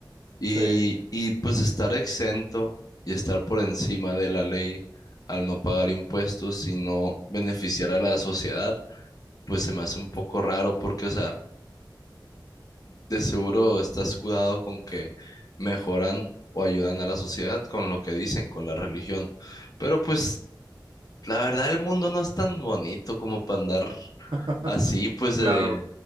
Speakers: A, on the left; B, on the right.
A: Y,
B: Sí,
A: y pues estar exento y estar por encima de la ley al no pagar impuestos y no beneficiar a la sociedad, pues se me hace un poco raro porque, o sea, de seguro está escudado con que mejoran o ayudan a la sociedad con lo que dicen, con la religión. Pero pues la verdad el mundo no es tan bonito como para andar
B: <laughs>
A: así, pues
B: claro.
A: eh,